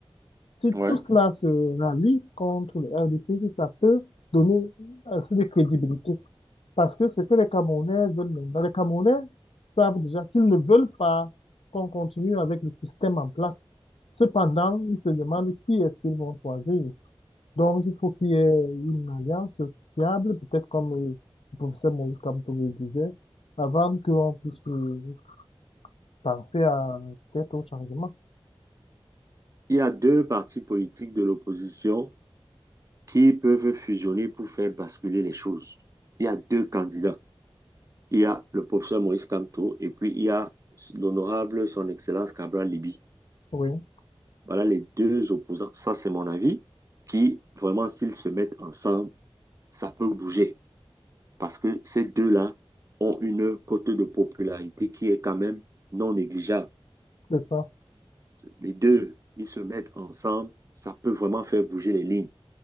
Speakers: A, on the left (about 85°); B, on the right (about 35°).
A: si
B: ouais.
A: tout cela se rallie contre le RDP, ça peut donner assez de crédibilité. Parce que ce que les Camerounais veulent maintenant, les Camerounais savent déjà qu'ils ne veulent pas qu'on continue avec le système en place. Cependant, ils se demandent qui est-ce qu'ils vont choisir. Donc, il faut qu'il y ait une alliance fiable, peut-être comme le le professeur Maurice Kamto le disait, avant qu'on puisse euh, penser à peut-être au changement.
B: Il y a deux partis politiques de l'opposition qui peuvent fusionner pour faire basculer les choses. Il y a deux candidats. Il y a le professeur Maurice Kamto et puis il y a l'honorable Son Excellence Cabral Libi.
A: Oui,
B: Voilà les deux opposants. Ça, c'est mon avis, qui vraiment, s'ils se mettent ensemble, ça peut bouger. Parce que ces deux-là ont une cote de popularité qui est quand même non négligeable.
A: c'est ça.
B: Les deux, ils se mettent ensemble, ça peut vraiment faire bouger les lignes.